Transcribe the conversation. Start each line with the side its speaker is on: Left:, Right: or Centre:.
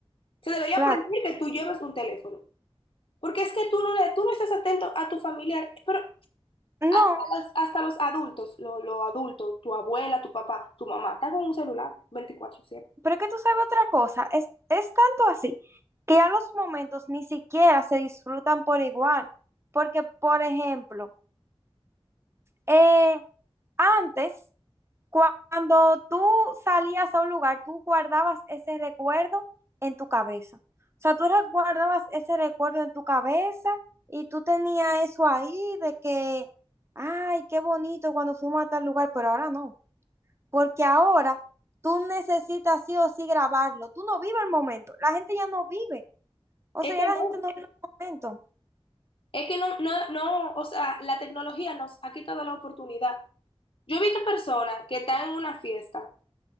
Left: Se debería
Right: Claro.
Left: prohibir que tú lleves un teléfono. Porque es que tú no, le- tú no estás atento a tu familiar, pero
Right: No,
Left: hasta los, hasta los adultos, lo- los adultos, tu abuela, tu papá, tu mamá, están con un celular 24/7.
Right: Pero es que tú sabes otra cosa, es, es tanto así que a los momentos ni siquiera se disfrutan por igual. Porque, por ejemplo, eh, antes, cua- cuando tú salías a un lugar, tú guardabas ese recuerdo en tu cabeza. O sea, tú re- guardabas ese recuerdo en tu cabeza y tú tenías eso ahí de que, ay, qué bonito cuando fuimos a tal lugar, pero ahora no porque ahora tú necesitas sí o sí grabarlo. Tú no vives el momento. La gente ya no vive. O
Left: Es
Right: sea, ya
Left: que
Right: la
Left: no,
Right: gente no vive el momento.
Left: es que no, no, no, o sea, la tecnología nos ha quitado la oportunidad. Yo he visto personas que están en una fiesta